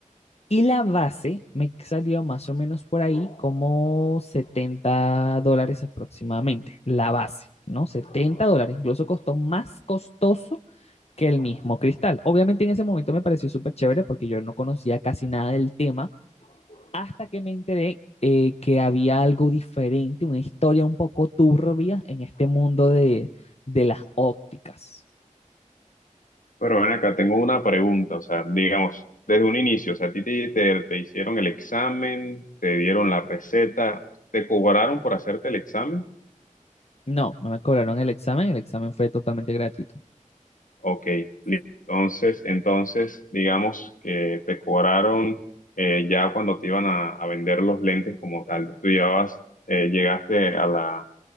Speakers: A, on the left; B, on the left.
A: Y la base me salió más o menos por ahí como 70 dólares aproximadamente, la base, ¿no? setenta dólares, incluso costó más costoso que el mismo cristal. Obviamente en ese momento me pareció súper chévere porque yo no conocía casi nada del tema hasta que me enteré eh, que había algo diferente, una historia un poco turbia en este mundo de, de las ópticas.
B: Pero ven acá, tengo una pregunta, o sea, digamos, desde un inicio, o sea, a ti te, te- te hicieron el examen, te dieron la receta, ¿te cobraron por hacerte el examen?
A: No, no me cobraron el examen, el examen fue totalmente gratuito.
B: Ok, li- entonces, entonces, digamos que te cobraron eh, ya cuando te iban a, a vender los lentes como tal, tú llevabas, eh, llegaste a la,